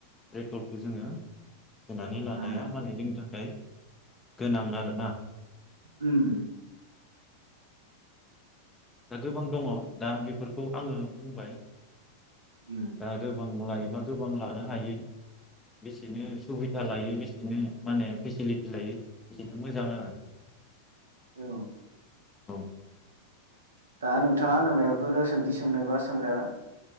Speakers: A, on the left; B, on the right.
A: पेट्रलखौ जोङो सोनानै लानाया
B: उम
A: माने जोंनि थाखाय गोनां आरो
B: उम
A: दा गोबां दङ दा बेफोरखौ आङो बुंबाय
B: उम
A: दा गोबांलाय बा गोबां लानो हायो बेसेनो सुबिदा लायो बेसेनो माने फेसिलिटि लायो बेसेनो मोजां आरो
B: औ
A: औ
B: दा नोंथाङा आंनाव मायोबाफोर सोंथि सोंनोबा सोंजागोन